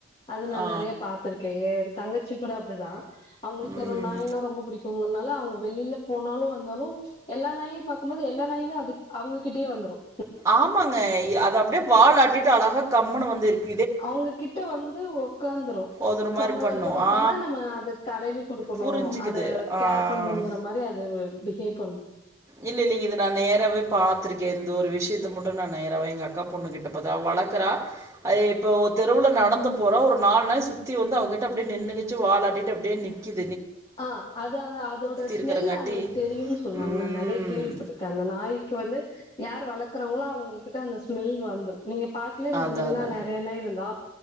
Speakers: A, on the left (about 30°); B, on the right (about 15°).
A: அது நான்
B: ஆ,
A: நிறைய பாத்துிருக்கேன் தங்கச்சி கூட அப்படிதான் அவங்களுக்கு
B: ம்.
A: ஒரு நாயனா ரொம்ப பிடிக்கும்ன்னா அவங்க வெளியில போனாலும் வந்தாலும் எல்லா நாயும் பார்க்கும்போது எல்லா நயுமே அது அவங்ககிட்டயே வந்துரும்
B: ஆமாங்க அதை அப்படியே வாால் ஆட்டிட்டு அழகா கம்மனுு வந்து இருக்கு
A: அவங்ககிட்ட வந்து உக்காந்துரும்
B: அது ஒரு
A: சமணங்காள்
B: மாரி பண்ணும்.
A: போட்டு உக்காந்தா
B: ஆ,
A: நம்ம அத தடவி கொடுக்கணும்
B: புரிஞ்சுக்குது.
A: அத
B: ஆ.
A: கேர் பண்ணணுங்கிற மாதிரி அத பிஹேவ் பண்ணும்
B: இல்ல இல்லலைங்க இது நான் நேராவவே பா்த்திருக்கேன் இந்தந்த ஒரு விஷயத்த மட்டும் நான் நேராாவே எங்க அக்கா பொண்ணுகிட்டேன் அது அவ வளக்குறா இப்ப தெருல நடந்து போற ஒரு நாலு நாய் சுத்தி வந்து அவகிட்ட அப்புடியே நின்னுகிச்சி வாழாட்டிடு அப்டியே நிக்குது
A: ஆஹ் அத அத அதோட ஸ்மெல்
B: இருக்கிறங்காட்டி
A: அவங்களுக்கு தெரியும்ன்னு சொல்லுவாங்கள
B: ம்.
A: நிறைய கேள்விப்பட்டிருக்கேன் அந்த நாய்க்க வந்து யார் வளர்க்குறவங்களோ அவங்ககிட்ட அந்த ஸ்மெல் வந்துடும் நீங்க பாக்கலன்ன
B: அதான்,
A: வந்தீங்கன்னா
B: அதான்.
A: நிறையன்னா இருந்தோம்